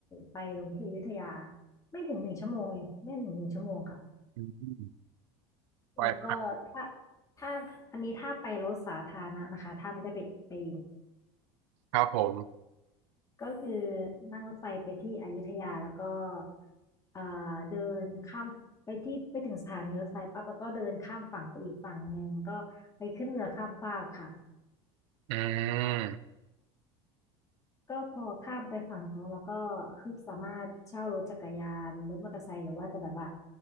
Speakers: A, on the left; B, on the right.
A: ไปลงที่อยุธยาไม่ถึงหนึ่งชั่วโมงเองไม่ถึงหนึ่งชั่วโมงค่ะ
B: อืมไหว้พระ
A: แล้วก็ถ้าถ้าอันนี้ถ้าไปรถสาธารณะนะคะถ้าไม่ได้ไปไปเอง
B: ครับผม
A: ก็คือนั่งรถไฟไปที่อยุธยาแล้วก็เอ่อเดินข้ามไปที่ไปถึงสถานีรถไฟปั๊บแล้วก็เดินข้ามฝั่งไปอีกฝั่งหนึ่งก็ไปขึ้นเรือข้ามฟากค่ะ
B: อืม
A: ก็พอข้ามไปฝั่งโน้นแล้วก็คือสามารถเช่ารถจักรยานรถมอเตอร์ไซค์หรือว่าจะแบบว่า